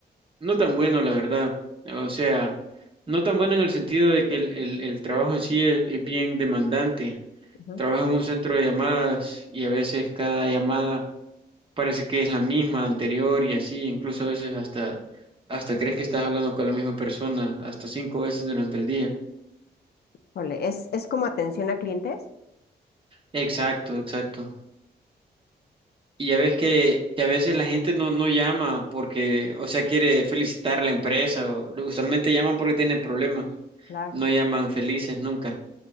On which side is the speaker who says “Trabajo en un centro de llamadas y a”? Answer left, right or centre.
Right